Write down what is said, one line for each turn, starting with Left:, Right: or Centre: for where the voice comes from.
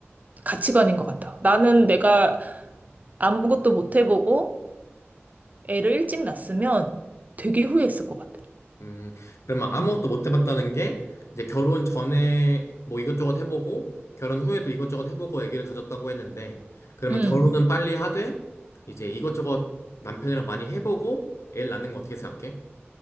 Right: 가치관인 것 같아. 나는 내가 아무것도 못 해보고 애를 일찍 낳았으면 되게 후회했을 것 같아.
Left: 음, 그러면 아무것도
Right: 응.
Left: 못 해봤다는 게, 이제 결혼 전에 뭐 이것저것 해보고, 결혼 후에도 이것저것 해보고 아기를 가졌다고 했는데, 그러면
Right: 응.
Left: 결혼은 빨리 하되, 이제 이것저것 남편이랑 많이 해보고, 애를 낳는 거 어떻게 생각해?